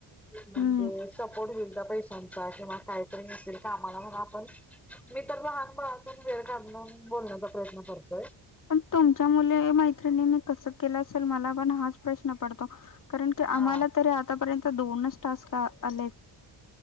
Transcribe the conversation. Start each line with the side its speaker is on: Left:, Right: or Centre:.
Centre: म्हणजे
Left: हम्म
Centre: सपोर्ट होईल त्या पैश्या चा किंवा काहीतरी <unintelligible> कामाला म्हणून आपण मी तर लहान मुळातून वेळ काढून बोल <unintelligible> प्रयत्न करतोय.
Left: पण तुमच्या मुले मैत्रिणीनी कसं केलं असेल मला पण हाच प्रश्न पडतो. करण की आम्हाला
Centre: हा
Left: तरी आतापर्यंत दोनच टास्क आ आलेत.